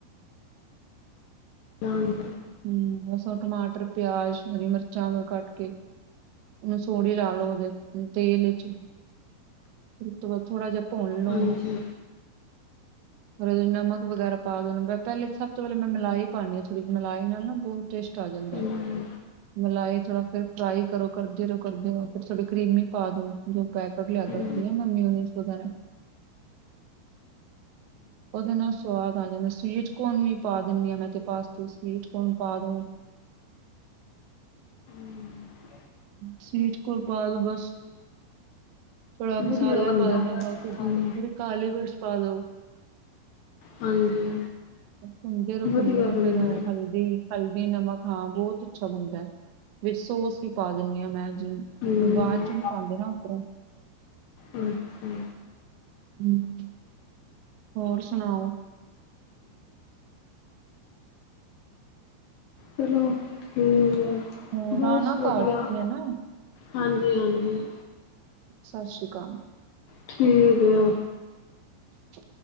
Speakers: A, on the left (about 70°); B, on the right (about 80°).
A: ਹਾਂ ਮ।
B: ਹਮ ਬਸ ਟਮਾਟਰ ਪਿਆਜ਼ ਹਰੀ ਮਿਰਚਾਂ ਨੂੰ ਕੱਟ ਕੇ। ਹੁਣ ਸੋਹੜੀ ਲਾ - ਲੋੋ ਉਹਦੇ ਤੇਲ ਵਿੱਚ। ਫਿਰ ਥੋੜ੍ਹਾ ਜਿਹਾ ਭੁੰਨ ਲੋ।
A: ਹਾਂਜੀ
B: ਫਿਰ ਉਹਦੇ ਨਕ ਵਗੈਰਾ ਪਾ ਦੋ ਉਹੂੰ। ਮੈਂ ਪਹਿਲੇ ਸਭ ਤੋਂ ਪਹਿਲੇ ਮਲਾਈ ਪਾਉਣੀ ਹਾਂ। ਥੋੜੀ ਜਹੀ ਮਲਾਈ ਨਾਲ ਨਾ ਬਹੁਤ। ਟੇਸ਼ਟ ਆ ਜਾਂਦਾ
A: ਹੂੰ
B: ਹੈ।
A: ਹੂੰ
B: ਮਲਾਈ ਥੋੜਾ। ਫਿਰ ਫਰਾਈ ਕਰੋ ਕਰਦੇ ਰਹੋ ਕਰਦੇ ਰਹੋ। ਫਿਰ ਥੋੜੀ ਕਰ੍ਰਮੀ ਪਾ ਦੋ ਜੋ ਪੈਕੇਟ ਲਿਆ ਕੇ
A: ਹੂੰ
B: ਰੱਖਣੀ ਆ। ਮੈਂ ਮਿਊਨੀਸ ਵਗੈਰਾ। ਉਹਦੇ ਨਾਲ ਸਵਾਦ ਆ ਜਾਂਦਾ ਹੈ। ਸਵੀਟਕੋਨ ਵੀ ਪਾ ਦਿੰਦੀ ਹਾਂ ਮੈਂ ਤੇ ਪਾਸਤੇ ਸਵੀਟਕੋਨ ਪਾ ਦੋ।
A: ਹੂੰ
B: ਸਵੀਟ। ਕੋਨ ਪਾਦੋ ਬਸ ਥੋੜਾ ਮਸਾਲਾ
A: ਵਧੀਆ ਬੰਦਾ
B: ਪਾ ਨਮਕ
A: ਹੂੰ
B: ਥੋੜੀ। ਕਾਲੀ ਮਿਰਚ ਪਾ ਦੋ।
A: ਹਾਂਜੀ
B: ਪੁੰਨਦੇ- ਪੁੰਨਦੇ
A: ਵਧੀਆ ਬੰਦਾ
B: ਫੇਰ ਉਹ ਹਲਦੀ। ਹਲਦੀ ਨਮਕ ਹਾਂ ਬਹੁਤ ਅੱਛਾ ਬਣਦਾ ਹੈ ਵੀ ਸੋਸ। ਪਾ ਦਿਨੀ ਆ ਮੈਂ। ਅੱਜ
A: ਹੂੰ
B: ਬਾਅਦ ਚੋਂ ਨੀ ਪਾਉਂਦੇ ਨਾ ਉੱਪਰੋਂ।
A: ਅੱੱਛਾ।
B: ਹਮ। <unintelligible> ਹੋਰ ਸੁਣਾਓ?
A: ਚਲੋ ਠੀਕ ਹੈ।
B: ਹੋਰ
A: ਬਸ
B: ਆਣਾ
A: ਵਧੀਆ
B: ਘਰ ਤੁਸੀਂ ਹਨਾ
A: ਹਾਂਜੀ- ਹਾਂਜੀ।
B: ਸਤਿ ਸ਼੍ਰੀ ਅਕਾਲ।
A: ਠੀਕ ਆ ਓ।
B: ਸ।